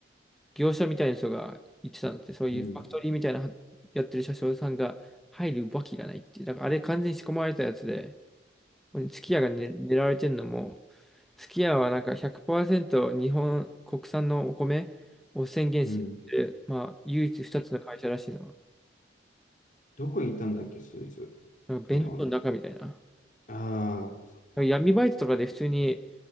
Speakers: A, in the centre; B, on the left.
A: 業者みたいな人が言ってたのって、そういうファクトリーみたいなはやってる車掌さんが入るわけがないっていう、
B: うん、
A: だからあれ完全に仕込まれたやつで、すき家が、ね、狙われてるのも、すき家はなんか100%日本国産のお米を宣言してる、
B: うん。
A: まあ唯一2つの会社らしいのは、
B: どこにいたんだっけ、そいつ。
A: なんか弁当の中みたいな。
B: その、ああ、そっか。
A: 闇バイトとかで普通に